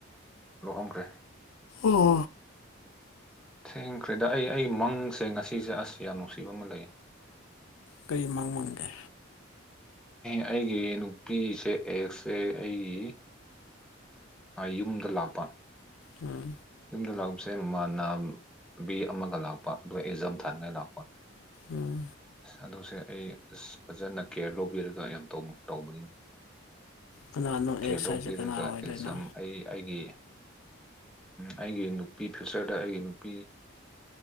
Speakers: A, in the centre; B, on the left (about 80°).
A: ꯂꯧꯣꯛꯍꯣꯡꯈ꯭ꯔꯦ
B: ꯑꯣ
A: ꯊꯦꯡꯈ꯭ꯔꯦꯗ ꯑꯩ ꯑꯩ ꯃꯪꯁꯦ ꯉꯁꯤꯁꯦ ꯑꯁ ꯌꯥꯝ ꯅꯨꯡꯁꯤꯕ ꯑꯃ ꯂꯩ
B: ꯀꯔꯤ ꯃꯥꯡ ꯃꯥꯡꯒꯦ
A: ꯑꯩꯒꯤ ꯅꯨꯄꯤꯁꯦ ꯑꯦꯁꯁꯦ ꯑꯩꯒꯤ ꯌꯨꯝꯗ ꯂꯥꯛꯄ
B: ꯎꯝ
A: ꯗ ꯂꯥꯛꯄꯁꯦꯃꯅꯥ ꯕꯤ ꯑꯃꯒ ꯂꯥꯛꯄ ꯑꯗꯨꯒ ꯑꯦꯖꯝꯊꯥꯟꯒ ꯂꯥꯛꯄ
B: ꯎꯝ
A: ꯑꯗꯣꯁꯦ ꯑꯩ ꯑꯁ ꯐꯖꯅ ꯀꯦꯌꯔ ꯂꯧꯕꯤꯔꯒ ꯌꯥꯝ ꯇꯧꯕꯅꯤ
B: ꯀꯅꯥꯅꯣ
A: ꯀꯦꯜ
B: ꯑꯦꯁ
A: ꯂꯧꯕꯤꯔꯒ
B: ꯍꯥꯏꯁꯦ ꯀꯅꯥ ꯑꯣꯏꯗꯣꯏꯅꯣ
A: ꯑꯦꯛꯖꯥꯝ ꯑꯩ ꯑꯩꯒꯤ ꯑꯩꯒꯤ ꯅꯨꯄꯤ ꯐ꯭ꯌꯨꯆꯔꯗ ꯑꯩꯒꯤ ꯅꯨꯄꯤ